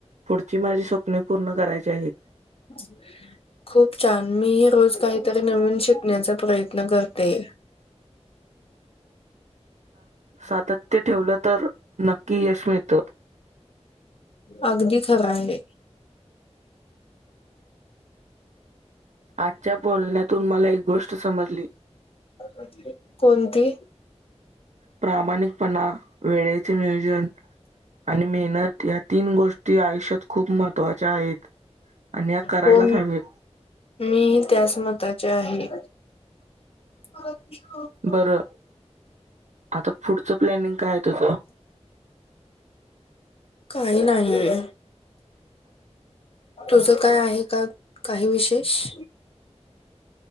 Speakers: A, on the right; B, on the left.
A: पुढची माझी स्वप्ने पूर्ण करायचे आहेत.
B: ह खूप छान मी रोज काहीतरी नवीन शिकण्याचा प्रयत्न करते.
A: सातत्य ठेवलं तर नक्की यश मिळत.
B: अगदी खरं आहे.
A: आजच्या बोलण्यातून मला एक गोष्ट समजली.
B: अ ते कोणती
A: प्रामाणिकपणा वेळेचे नियोजन आणि मेहनत या तीन गोष्टी आयुष्यात खूप महत्त्वाच्या आहेत, आणि या करायलाच
B: हो
A: हव्यात.
B: मीही त्याच मताचे आहे. <unintelligible>
A: बरं आता पुढचं प्लानिंग काय आहे तुझं?
B: काही नाहीये. तुझं काय आहे का काही विशेष?